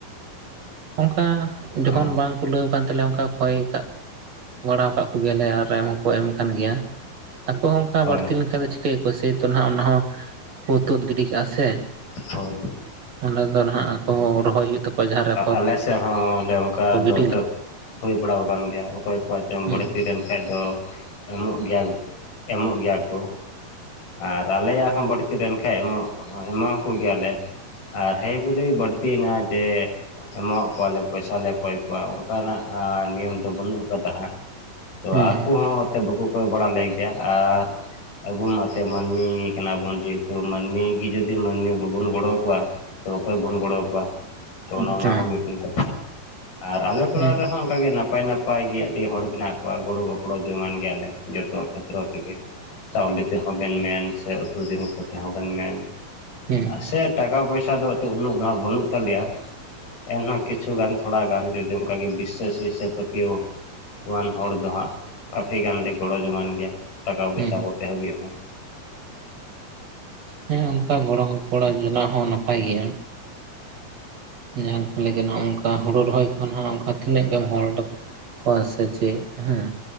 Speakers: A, on the right; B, on the left.
A: ᱚᱱᱠᱟ ᱡᱚᱠᱷᱚᱱ
B: ᱚ
A: ᱚᱱᱠᱟ ᱵᱟᱝ ᱠᱩᱞᱟᱹᱣ ᱠᱟᱱ ᱛᱟᱞᱮᱭᱟ ᱚᱱᱠᱟ ᱠᱚᱭ ᱠᱟᱜ ᱵᱟᱲᱟᱣ ᱠᱟᱜ ᱠᱚᱣᱟ ᱜᱮᱞᱮ ᱟᱨ ᱮᱢ ᱦᱚᱸᱠᱚ ᱮᱢ ᱠᱟᱱ ᱜᱮᱭᱟ ᱟᱠᱚ ᱦᱚᱸ ᱚᱱᱠᱟ
B: ᱦᱳᱭ
A: ᱵᱟᱹᱲᱛᱤ ᱞᱮᱱᱠᱷᱟᱱ ᱫᱚ ᱠᱮ ᱥᱮᱭ ᱛᱚ ᱱᱟᱦᱟᱜ ᱚᱱᱟ ᱦᱚᱸ ᱠᱚ ᱛᱩᱫ ᱜᱤᱰᱤ ᱠᱟᱜ-ᱟ ᱥᱮ,
B: ᱦᱳᱭ
A: ᱚᱸᱰᱮ ᱫᱚ ᱱᱟᱦᱟᱜ ᱟᱠᱚ ᱦᱚᱸ ᱨᱚᱦᱚᱭ ᱦᱩᱭᱩᱜ ᱛᱟᱠᱚᱣᱟ ᱡᱟᱦᱟᱸ ᱨᱮ ᱟᱯᱷᱚᱨ
B: ᱟᱞᱮ ᱥᱮᱫ ᱦᱚᱸ ᱵᱚᱞᱮ ᱚᱱᱠᱟ
A: ᱠᱚ ᱜᱤᱰᱤ
B: ᱫᱚ ᱛᱚ ᱦᱩᱭ ᱵᱟᱲᱟ ᱟᱠᱟᱱ ᱜᱮᱭᱟ ᱚᱠᱚᱭ ᱠᱚᱣᱟᱜ ᱪᱚᱝ
A: ᱦᱩᱸ
B: ᱵᱟᱹᱲᱛᱤ ᱞᱮᱱ ᱠᱷᱟᱡ ᱫᱚ ᱮᱢᱚᱜ ᱜᱮᱭᱟ ᱠᱚ ᱮᱢᱚᱜ ᱜᱮᱭᱟ ᱠᱚ᱾ ᱟᱨ ᱟᱞᱮᱭᱟᱜ ᱦᱚᱸ ᱵᱟᱹᱲᱛᱤ ᱞᱮᱱᱠᱷᱟᱡ ᱮᱢᱚᱜ ᱮᱢᱟ ᱠᱚ ᱜᱮᱭᱟᱞᱮ᱾ ᱟᱨ ᱦᱮᱸ ᱵᱚᱞᱮ ᱵᱟᱹᱲᱛᱤᱭᱮᱱᱟ ᱡᱮ ᱮᱢᱟ ᱟᱠᱚᱣᱟᱞᱮ ᱯᱚᱭᱥᱟ ᱞᱮ ᱠᱚᱭ ᱠᱚᱣᱟ ᱚᱱᱠᱟᱱᱟᱜ ᱱᱤᱭᱚᱢ ᱫᱚ ᱵᱟᱹᱱᱩᱜ ᱟᱠᱟᱫᱟ ᱦᱟᱸᱜ᱾ ᱛᱚ
A: ᱦᱩᱸ ᱦᱩᱸ
B: ᱟᱠᱚ ᱦᱚᱸ ᱮᱱᱛᱮᱫ ᱵᱟᱠᱚ ᱠᱚᱭ ᱵᱟᱲᱟᱞᱮ ᱜᱮᱭᱟ ᱟᱨ ᱟᱵᱚ ᱢᱟ ᱛᱮ ᱢᱟᱹᱱᱢᱤ ᱠᱟᱱᱟ ᱵᱚᱱ ᱡᱮᱦᱮᱛᱩ ᱢᱟᱹᱱᱢᱤ ᱜᱮ ᱡᱩᱫᱤ ᱢᱟᱹᱱᱢᱤ ᱵᱟᱵᱚᱱ ᱜᱚᱲᱚ ᱟᱠᱚᱣᱟ ᱛᱚ ᱚᱠᱚᱭ ᱵᱚᱱ ᱜᱚᱲᱚᱠᱚᱣᱟ ᱛᱚ ᱚᱱᱮ ᱚᱱᱟ
A: ᱦᱮᱸ
B: ᱦᱚᱸ ᱢᱤᱫᱴᱮᱱ ᱠᱟᱛᱷᱟ ᱟᱨ ᱟᱞᱮ ᱴᱚᱞᱟ
A: ᱦᱮᱸ
B: ᱨᱮᱦᱚᱸ ᱚᱱᱠᱟᱜᱮ ᱱᱟᱯᱟᱭ ᱱᱟᱯᱟᱭ ᱜᱮ ᱟᱹᱰᱤ ᱦᱚᱲ ᱢᱮᱱᱟᱜ ᱠᱚᱣᱟ ᱜᱚᱲᱚ ᱜᱚᱯᱚᱲᱚ ᱡᱚᱝᱟᱱ ᱜᱮᱭᱟᱞᱮ ᱡᱚᱛᱚᱣᱟᱜ ᱠᱷᱮᱛᱨᱚ ᱛᱮᱜᱮ ᱾ ᱪᱟᱣᱞᱮ ᱛᱮᱦᱚᱸ ᱵᱮᱱ ᱢᱮᱱ ᱥᱮ ᱩᱛᱩ ᱡᱤᱞ ᱠᱚ ᱛᱮᱦᱚᱸ ᱵᱮᱱ ᱢᱮᱱ,
A: ᱦᱮᱸ,
B: ᱥᱮ ᱴᱟᱠᱟ ᱯᱚᱭᱥᱟ ᱫᱚ ᱦᱚᱭᱛᱚ ᱩᱱᱟᱹᱜ ᱫᱚ ᱦᱟᱸᱜ ᱵᱟᱹᱱᱩᱜ ᱛᱟᱞᱮᱭᱟ, ᱮᱱᱦᱚᱸ ᱠᱤᱪᱷᱩ ᱜᱟᱱ ᱛᱷᱚᱲᱟ ᱜᱟᱱ ᱡᱚᱫᱤ ᱚᱱᱠᱟ ᱵᱤᱥᱥᱳᱥ ᱵᱤᱥᱥᱳᱥ ᱯᱟᱹᱛᱭᱟᱹᱣ ᱣᱟᱱ ᱦᱚᱲ ᱫᱚ ᱦᱟᱸᱜ ᱠᱟᱯᱷᱤ ᱜᱟᱱ ᱞᱮ ᱜᱚᱲᱚ ᱡᱚᱝᱟᱱ ᱜᱮᱭᱟ᱾ ᱴᱟᱠᱟ ᱯᱚᱭᱥᱟ
A: ᱦᱮᱸ
B: ᱠᱚᱛᱮ ᱦᱟᱹᱵᱤᱡ ᱦᱚᱸ᱾
A: ᱦᱮᱸ ᱚᱱᱠᱟ ᱜᱚᱲᱚ ᱜᱚᱯᱚᱲᱚ ᱡᱚᱝᱟᱜ ᱦᱚᱸ ᱱᱟᱯᱟᱭ ᱜᱮᱭᱟ᱾ ᱡᱟᱦᱟᱸ ᱠᱚ ᱞᱟᱹᱭ ᱱᱚᱜ-ᱚᱱᱠᱟ ᱦᱩᱲᱩ ᱨᱚᱦᱚᱭ ᱠᱷᱚᱱ ᱦᱟᱸᱜ ᱚᱱᱠᱟ ᱛᱤᱱᱟᱹᱜ ᱜᱟᱱ ᱦᱚᱲ ᱫᱚ ᱠᱚᱣᱟ ᱥᱮ ᱪᱮᱫ ᱦᱮᱸ,